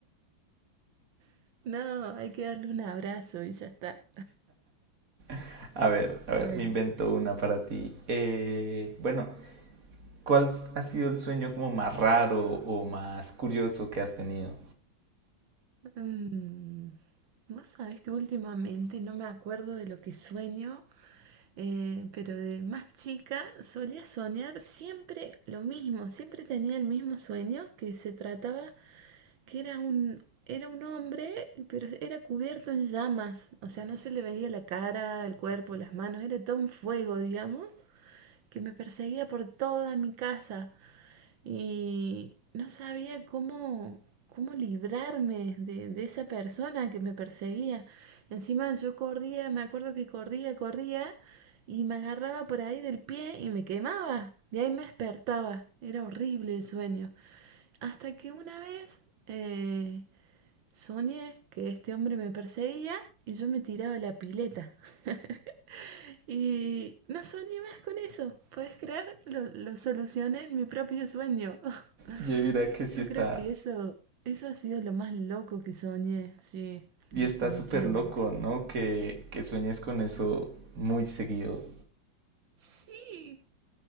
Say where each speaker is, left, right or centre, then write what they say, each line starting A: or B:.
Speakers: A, on the right (about 80°); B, on the right (about 45°).
A: <laughs> no, hay que darle un abrazo y ya está.
B: <laughs> a ver, a ver,
A: Ay.
B: me invento una para ti. Eh, bueno, ¿cuál ha sido el sueño como más raro o más curioso que has tenido?
A: Mm, vos sabés que últimamente no me acuerdo de lo que sueño, eh, pero de más chica solía soñar siempre lo mismo, siempre tenía el mismo sueño que se trataba que era un, era un hombre, pero era cubierto en llamas, o sea, no se le veía la cara, el cuerpo, las manos, era todo un fuego, digamos, que me perseguía por toda mi casa y no sabía cómo, cómo librarme de, de esa persona que me perseguía. Encima yo corría, me acuerdo que corría, corría y me agarraba por ahí del pie y me quemaba. Y ahí me despertaba. Era horrible el sueño. Hasta que una vez eh, Soñé que este hombre me perseguía y yo me tiraba a la pileta. <laughs> Y no soñé más con eso. ¿Puedes creer? Lo, lo solucioné en mi propio sueño. <laughs>
B: Yo diría que sí
A: Yo
B: está
A: creo que eso, eso ha sido lo más loco que soñé, sí,
B: Y
A: definitivamente.
B: está súper loco, ¿no? Que, que sueñes con eso muy seguido.
A: Sí,